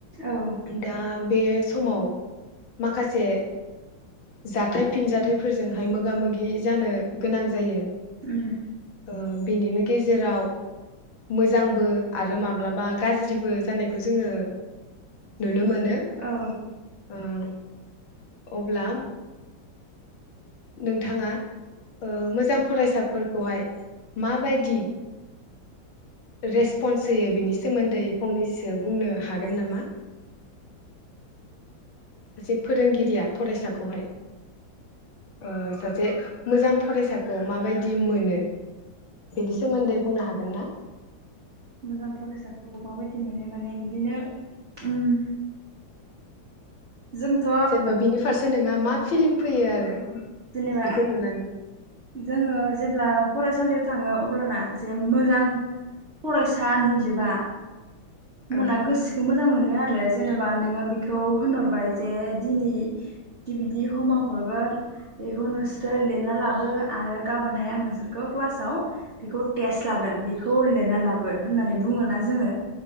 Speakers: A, on the right (about 40°); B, on the left (about 85°).
A: औ
B: दा बे समाव, माखासे, जाथाय फिनजाथाइफोरजोंहाय मोगा-मोगि जानो गोनां जायो
A: उम
B: ओ बेनिनो गेजेराव मोजांबो आरो माब्लाबा गाज्रिबो जानायखौ जोङो नुनो मोनो
A: औ
B: ओं अब्ला नोंथाङा ओ मोजां फरायसाफोरखौहाय माबायदि रेसपन्स होयो बिनि सोमोन्दै फंनैसो बुंनो हागोन नामा। <inaudible> सासे फोरोंगिरिया फरायसाखौहाय ओ सासे मोजां फरायसाखो माबायदि मोनो बेनि सोमोन्दै बुंनो हागोन ना।
A: मोजां फरायसाखौ माबायदि मोनो माने बिदिनो उम। जोंथ'
B: जेनेबा बिनि फारसे नोंहा मा फिलिं फैयो आरो
A: जेनेबा
B: बेखौ नुनानै
A: जोङो जेब्ला फरायसालि थाङो अब्लाना सासे मोजां फरायसा नुयोबा। होनबाना
B: ओ
A: गोसोखौ मोजां मोनो। बेनो आरो जेनेबा नोङो बेखौ होनहरबाय जे दिनि बिदि बिदि हमवरक हरगोन बेखौ नोंसोरो लिरना लाबो आरो गाबोनहाय आं नोंसोरखौ क्लासाव बेखौ टेस्ट लागोन बेखौ लिरना लाबो होननानै बुङोना जोङो।